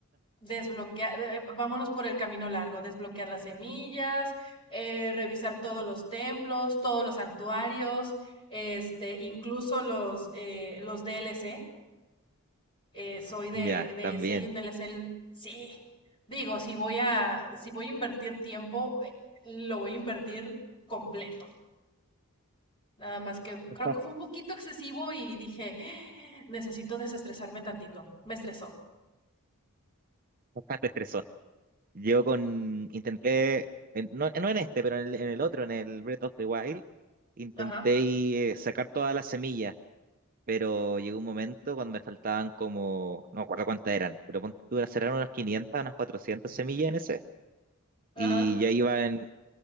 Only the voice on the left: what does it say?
Desbloquear, eh, eh, vámonos por el camino largo, desbloquear las semillas, eh, revisar todos los templos, todos los santuarios, este, incluso los, eh, los DLC. Eh, soy de,
de,
si hay un D DLC, el- sí. Digo, si voy a, si voy a invertir tiempo, eh, lo voy a invertir completo. Nada más que
creo que fue un poquito excesivo y dije, <gasps> necesito desestresarme tantito. Me estresó.
Ajá,
ajá.